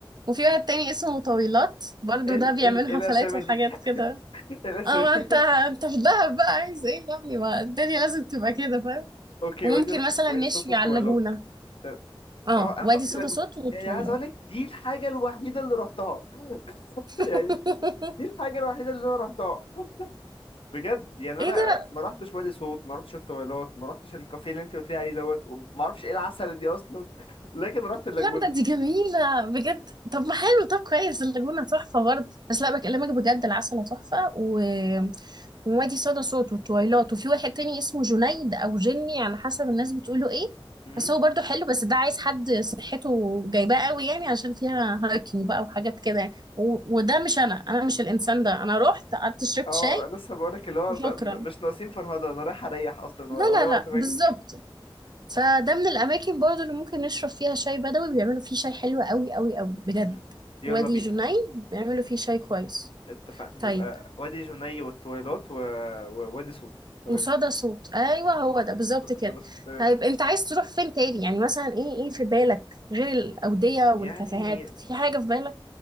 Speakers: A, on the right (about 50°); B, on the left (about 80°).
A: وفي واحد تاني اسمه طويلات برضو
B: ال
A: ده بيعملوا
B: ال
A: حفلات
B: الاسامي
A: وحاجات
B: دي <laughs>
A: كده
B: الاسامي
A: اه ما
B: <laughs>
A: انت انت في دهب بقى عايز ايه يعني ما الدنيا لازم تبقى كده فاهم
B: اوكي
A: وممكن
B: وادي
A: مثلا
B: وادي
A: نشوي
B: صوت الطويلات
A: على اللاجونة
B: طب
A: اه
B: اه انا
A: وادي
B: رحت
A: صدى
B: اللاجون
A: صوت وطويلات
B: يعني عايز اقول لك دي الحاجه الوحيده اللي رحتها <laughs>
A: <laughs>
B: يعني دي الحاجه الوحيده اللي انا رحتها بجد يعني
A: ايه
B: انا
A: ده
B: ما رحتش وادي صوت ما رحتش الطويلات ما رحتش الكافيه اللي انت قلت لي عليه دوت وما اعرفش ايه العسل دي اصلا <laughs> لكن رحت اللاجونه
A: لا ده دي جميلة بجد طب ما حلو طب كويس اللاجونة تحفة برضه بس لا بكلمك بجد العسل تحفة و... ووادي صدى صوت والتويلات وفي واحد تاني اسمه جنيد أو جني على حسب الناس بتقوله ايه
B: امم
A: بس هو برضه حلو بس ده عايز حد صحته جايباه قوي يعني عشان فيها هايكنج بقى وحاجات كده يعني. و... وده مش أنا أنا مش الإنسان ده أنا رحت قعدت شربت
B: اه
A: شاي
B: لسه بقول لك اللي هو
A: وشكرا
B: ب... م- مش ناقصين فرهده انا رايح اريح اصلا
A: لا
B: و- ورا
A: لا
B: وقت
A: لا
B: ما
A: بالظبط
B: اجي
A: فده من الأماكن برضو اللي ممكن نشرب فيها شاي بدوي بيعملوا فيه شاي حلو قوي قوي قوي بجد
B: مم. يلا
A: وادي
B: بينا
A: جني بيعملوا فيه شاي كويس
B: اتفقنا
A: طيب
B: يبقى وادي جني والطويلات و... ووادي صوت تمام
A: وصدى صوت أيوة هو ده بالظبط كده
B: ثلاث صوت تمام
A: طيب أنت عايز تروح فين تاني يعني مثلا إيه إيه في بالك غير الأودية
B: يعني
A: والكافيهات في حاجة في بالك؟